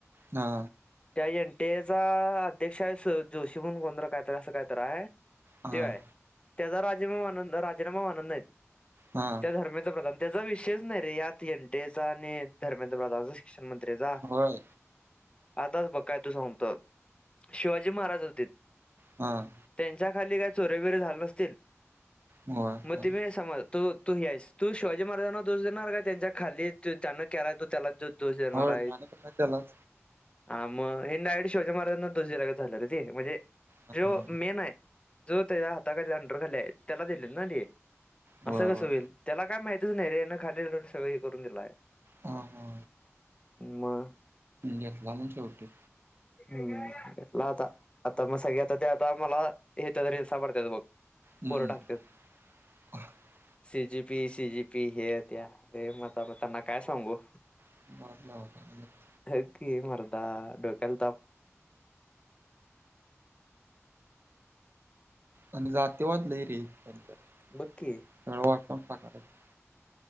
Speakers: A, on the right; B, on the left.
A: हा.
B: त्या एन टी एचा अध्यक्ष आहे, जोशी म्हणून कोण काय असं कायतर हाय.
A: हा
B: तो हाय त्यांचा राजीनामा म्हणत नाहीत.
A: हा.
B: त्या धर्मेंद्र प्रधान त्यांचा विषयच नाही रे, यात एन टी एम चा आणि धर्मेंद्र प्रधानचा. शिक्षण मंत्री चा.
A: होय
B: आताच बघ काय तू सांगतो, शिवाजी महाराज आलतीत.
A: हां.
B: त्यांच्या खाली काय चोऱ्या बिऱ्या झाले नसतील.
A: होय
B: मग
A: होय
B: तुम्ही हे समज तो. तू हे आहेस तू शिवाजी महाराजांना दोष देणार काय त्यांच्या खाली जान केलाय. त्याला तू दोष देणार.
A: होय गाणं पण त्यालाच
B: हा, मग हेनी डायरेक्ट शिवाजी महाराजांना दोष दिल्यागत झालं रे, म्हणजे
A: हा,
B: जो मेन आहे. जो त्यांच्या हाताखाली अंडर खाली आहे, त्यांला दिलेत ना
A: होय
B: असं
A: होय
B: कसं होईल. मला काय माहितीच नाही रें, खाली सगळं हे करून दिलाय.
A: हा हा
B: मग.
A: घेतला मग शेवटी.
B: हम्म, घेतला आता आता मग सगळे आता ते, आत्ता मला हेेत रिल्सा पडत्यात बघ.
A: हम्म
B: पोरं टाकत्यात.
A: <inaudible>
B: C G P, C G P हे त्या रे, मग आता त्यांना काय सांगू.
A: <unintelligible>
B: हाय की मर्दा, डोक्याला ताप.
A: आणि जातिवाद लै रे करत्यात.
B: बकी.
A: <unintelligible>